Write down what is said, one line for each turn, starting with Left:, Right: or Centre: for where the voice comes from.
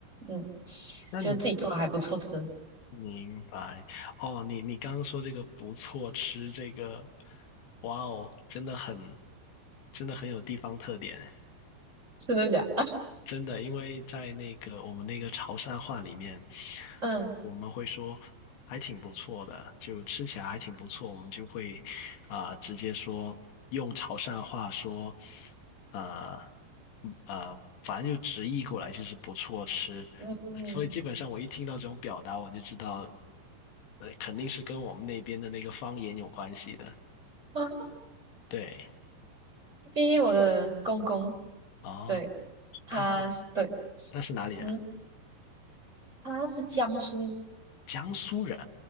Right: 嗯，
Left: 那你
Right: 觉得自己做的还不错吃。
Left: 明白哦？你你刚刚说这个不错吃，这个，哇哦，真的很，真的很有地方特点。
Right: <laughs> 真的假？<laughs>
Left: 真的，因为在那个我们那个潮汕话里面，
Right: 嗯
Left: 我们会说还挺不错的，就吃起来还挺不错，我们就会啊、直接说用潮汕话说，呃嗯呃反正就直译过来就是不错吃。
Right: 嗯
Left: 所以基本上我一听到这种表达，我就知道，呃，肯定是跟我们那边的那个方言有关系的。
Right: 啊
Left: 对，
Right: <laughs>，毕竟我的公公
Left: 哦，
Right: 对他是对
Left: 他是他是哪里人？
Right: 嗯他是江苏
Left: 江苏人。